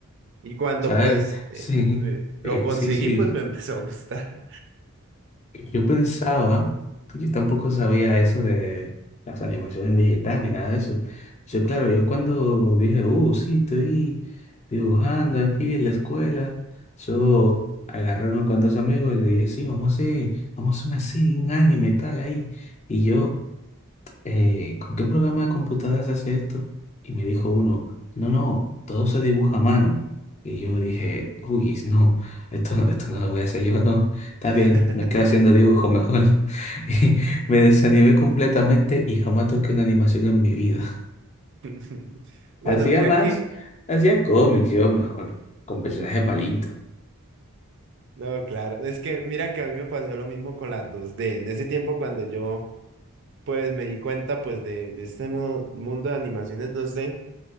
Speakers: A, on the right (about 55°); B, on the left (about 30°).
A: Y cuando
B: ¿Sabes?
A: pues eh,
B: Sí,
A: me- lo
B: eh,
A: conseguí
B: sí, sí.
A: pues me <laughs> empezó a gustar.
B: Yo pensaba, yo tampoco sabía eso de las animaciones digitales ni nada de eso. Yo, claro, yo cuando dije, uh, sí, estoy dibujando aquí en la escuela, yo agarré a unos cuantos amigos y le dije, sí, vamos a hacer, vamos a hacer una serie, un anime tal ahí. Y yo eh, ¿con qué programa de computadoras se hace esto? Y me dijo uno, no, no, todo se dibuja a mano. Y yo dije, uy, no, esto, esto no lo voy a hacer yo, no, está
A: <laughs>
B: bien, me quedo haciendo dibujo mejor. <laughs> Y me desanimé completamente y jamás toqué una animación en mi vida.
A: <laughs> Bueno,
B: Hacía
A: mira
B: más,
A: que
B: hacía cómics yo mejor, con personajes palitos.
A: No, claro, es que mira que a mí me pasó lo mismo con las dos d En ese tiempo cuando yo pues me di cuenta pues de, de este mu- mundo de animaciones dos d